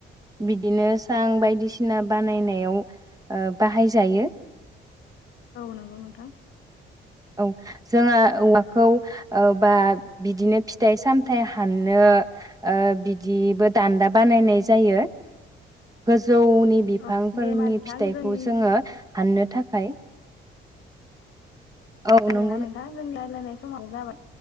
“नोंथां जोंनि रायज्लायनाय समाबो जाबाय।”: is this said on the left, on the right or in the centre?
Left